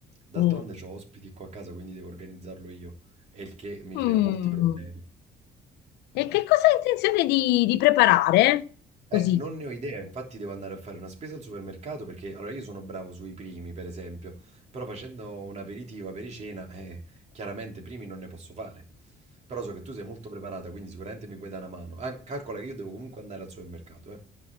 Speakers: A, on the right; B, on the left.
A: D'altronde
B: oh.
A: ho ospiti qua a casa, quindi devo organizzarlo io, e il che mi
B: Mm.
A: crea molti problemi.
B: E che cosa hai intenzione di, di preparare? Così.
A: Eh, non ne ho idea, infatti devo andare a fare una spesa al supermercato perché allora io sono bravo sui primi, per esempio, però facendo un aperitivo, apericena, eh, chiaramente primi non ne posso fare. Però so che tu sei molto preparata, quindi sicuramente mi puoi dare una mano. Ah, calcola che io devo comunque andare al supermercato, eh.